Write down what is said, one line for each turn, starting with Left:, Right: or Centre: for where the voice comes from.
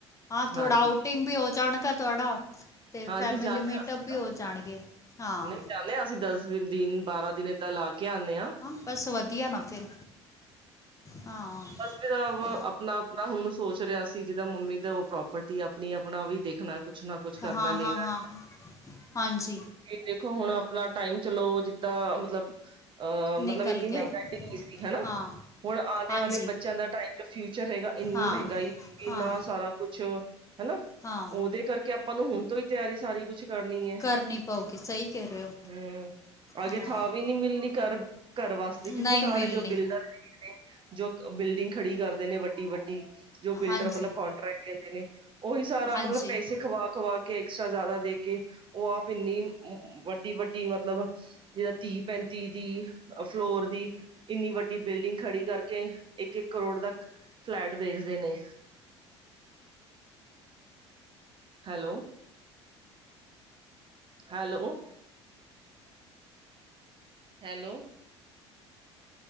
Left: ਹਾਂ ਥੋੜਾ
Right: ਹਾਂਜੀ
Left: ਆਊਟਿੰਗ ਵੀ ਹੋ ਜਾਣ ਗ ਤੁਹਾਡਾ। ਅਤੇ
Right: ਹਾਂਜੀ
Left: ਫੈਮਿਲੀ
Right: ਜਾਂਦੇ
Left: ਮੀਟਅਪ
Right: ਹਾਂ ਅਸੀਂ
Left: ਵੀ
Right: ਤਾਂ
Left: ਹੋ ਜਾਣਗੇ। ਹਾਂ
Right: ਨਹੀਂ ਜਾਂਦੇ ਹਾਂ ਅਸੀਂ ਦਸ ਦਿਨ, ਬਾਰਾਂ ਦਿਨ ਦਾਂ ਲਾ ਕੇ ਆਉਦੇ ਆ।
Left: ਹਾਂ ਬਸ ਵਧੀਆ ਨਾ ਫਿਰ ਹਾਂ
Right: ਆਪਣਾ,
Left: ਓਕੇ।
Right: ਆਪਣਾ ਹੁਣ ਸੋਚ ਰਿਹਾ ਸੀ ਜਿਦਾਂ ਮੰਮੀ ਦਾ ਉਹ ਪ੍ਰੋਪਰਟੀ ਆਪਣੀ ਆਪਣਾ ਵੀ ਦੇਖਣਾ। ਕੁਛ ਨਾ ਕੁਛ
Left: ਹਾਂ
Right: ਕਰਨਾ ਲੈਣਾ
Left: ਹਾਂ ਹਾਂ ਹਾਂਜੀ।
Right: ਦੇਖੋ ਹੁਣ ਆਪਣਾ ਟਾਈਮ ਚਲੋ ਜਿੱਦਾਂ ਮਤਲਬ ਅਹ
Left: ਨਿਕਲ
Right: ਮਤਲਬ ਇੰਨੀ
Left: ਗਿਆ
Right: ਮਹਿੰਗਾਈ ਨਹੀਂ ਸੀ ਹਨਾ?
Left: ਹਾਂ
Right: ਹੁਣ
Left: ਹਾਂਜੀ
Right: ਵਾਲੇ ਬੱਚਿਆਂ ਦਾ ਟਮ ਫਿਊਚਰ ਹੈਗਾ। ਇੰਨੀ
Left: ਹਾਂ
Right: ਮਹਿੰਗਾਈ,
Left: ਹਾਂ
Right: ਇੰਨਾ ਸਾਰਾ ਕੁਛ ਹਨਾ।
Left: ਹਾਂ
Right: ਉਹਦੇ ਕਰਕੇ ਆਪਾਂ ਨੂੰ ਹੁਣ ਤੋਂ ਹੀ ਤਿਆਰੀ ਸਾਰੀ ਕੁਛ ਕਰਨੀ ਐ।
Left: ਕਰਨੀ ਪਊਗੀ ਸਹੀ ਕਹਿ ਰਹੇ ਹੋ
Right: ਹੂੰ ਅਗੇ
Left: ਨਾ
Right: ਥਾਂ ਵੀ ਮਿਲਣੀ ਕਰ ਘਰ ਵਾਸਤੇ
Left: ਨਹੀਂ
Right: ਕਿਉਂਕਿ, ਸਾਰੇ
Left: ਮਿਲਣੀ
Right: ਜੋ ਬਿਲਡਰ ਵੀਰ ਨੇ ਜੋ ਬਿਲਡਿੰਗ ਖੜੀ ਕਰਦੇ ਨੇ ਵੱਡੀ, ਵੱਡੀ ਜੋ ਬਿਲਡਰ
Left: ਹਾਂਜੀ
Right: ਮਤਲਬ ਕੋਂਟੈਕਟ ਲੈਂਦੇ ਨੇ। ਉਹੀ ਸਾਰਾ
Left: ਹਾਂਜੀ
Right: ਮਤਲਬ ਪੈਸੇ ਖਵਾ, ਖਵਾ ਕੇ ਐਕਸਟਰਾ ਜ਼ਿਆਦਾ ਦੇ ਕੇ ਉਹ ਆਪ ਇੰਨੀ ਵੱਡੀ, ਵੱਡੀ ਮਤਲਬ ਜਿਹੜਾ ਤੀਹ ਪੈਂਤੀ ਦੀ ਫਲੋਰ ਦੀ ਇੰਨੀ ਵੱਡੀ ਬਿਲਡਿੰਗ ਖੜੀ ਕਰਕੇ ਕੇ ਇੱਕ, ਇੱਕ ਕਰੋੜ ਦਾ ਫਲੈਟ ਵੇਚਦੇ ਨੇ। Hello. Hello. Hello.